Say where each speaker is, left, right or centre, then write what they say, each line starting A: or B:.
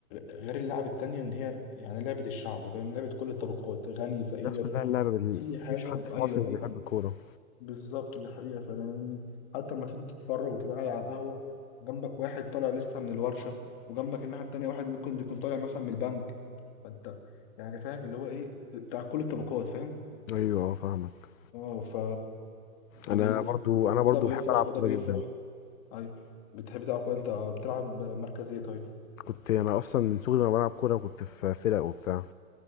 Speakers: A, on the left; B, on the left.
A: غير اللعب التانية ان هي يعني لعبه الشعب فاهم لعبه كل الطبقات غني فقير
B: الناس كلها اللعبة بال...
A: اي
B: مفيش
A: حاجه
B: حد في
A: اي
B: مصر مش بيحب
A: اي
B: الكورة
A: بالظبط دي حقيقه فاهم حتى لما تيجي تتفرج وتبقى قاعد على القهوه جنبك واحد طالع لسه من الورشه وجنبك الناحيه التانية واحد ممكن يكون طالع مثلا من البنك فانت يعني فاهم اللي هو ايه بتاع كل الطبقات فاهم
B: ايوه اه فاهمك
A: اه ف وبال...
B: انا برضو انا
A: وده
B: برضو
A: بيفرح
B: بحب العب كورة
A: وده بيفرح
B: جدا
A: ايوه بتحب تلعب كورة انت بتلعب مركز ايه طيب؟
B: كنت انا اصلا من صغري وانا بلعب كورة كنت في فرق وبتاع